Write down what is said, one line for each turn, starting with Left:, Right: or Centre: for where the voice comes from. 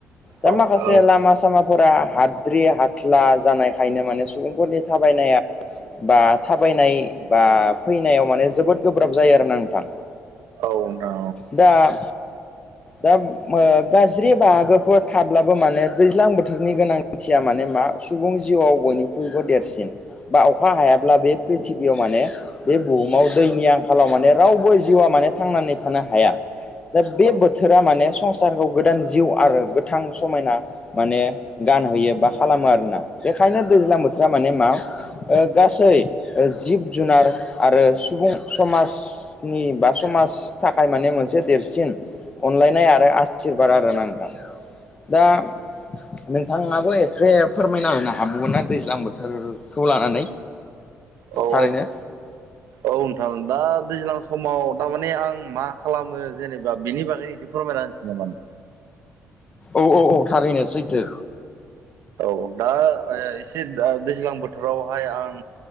Left: दा
Right: औ
Left: माखासे
Right: न
Left: लामा सामाफोरा हाद्रि हाथ्ला जानाय ओंखायनो माने सुबुंफोरनि थाबायनाया बा थाबायनाय बा फैनायाव माने जोबोद गोब्राब जायो आरो ना नोंथां
Right: औ ना
Left: दा दा गाज्रि बाहागोफोर थाब्लाबो माने दैज्लां बोथोरनि गोनांथिया माने मा सुबुं जिउआव बयनिख्रुइबो देरसिन बा अखा हायाब्ला बे प्रिथिबियाव माने बे बुहुमाव दैनि आंखालाव माने रावबो जिउआ माने थांनानै थानो हाया दा बे
Right: औ
Left: बोथोरा माने संसारखौ गोदान जिउ आरो गोथां समायना माने गानहैयो बा खालामो आरोना बेखायनो दैज्लां बोथोरा माने मा गासै जिब जुनार आरो सुबुं समाज नि बा समाज थाखाय माने मोनसे देरसिन अनलायनाय आरो आसिरबाद आरो ना नोंथां नोंथाङाबो एसे फोरमायना होनो हाबावोन ना दैज्लां बोथोरखौ लानानै
Right: औ औ
Left: थारैनो
Right: औ नोंथां दा दैज्लां समाव थारमाने आं मा खालामो जेनेबा बेनि बागैनो एसे फोरमायनानैसै जनोबथा <unintelligible>
Left: औ औ औ थारैनो सैथो
Right: औ दा एसे दैज्लां बोथोरावहाय आं